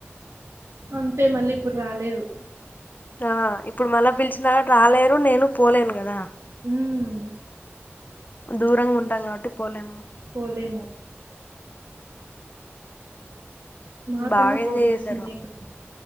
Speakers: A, on the right (about 80°); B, on the left (about 40°).
A: అంతే మళ్ళీ ఇప్పుడు రాలేదు
B: ఆ ఇప్పుడు మళ్ళా పిలిచిన రాలేరు నేను పోలేను కదా
A: హ్మ్
B: దూరంగా ఉంటాం కాబట్టి పోలేం
A: పోలేము మాకన్నా
B: బాగా
A: ఫోర్
B: ఎంజాయ్
A: ఇయర్స్
B: చేశారు
A: ఉన్నాయికు